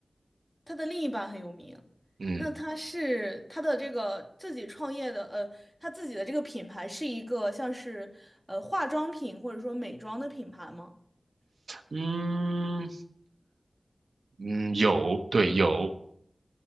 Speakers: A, in the centre; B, on the right (about 85°).
A: 他的另一半很有名，
B: 嗯
A: 那他是他的这个自己创业的，呃，他自己的这个品牌是一个像是呃化妆品或者说美妆的品牌吗？
B: 嗯嗯，有，对，有，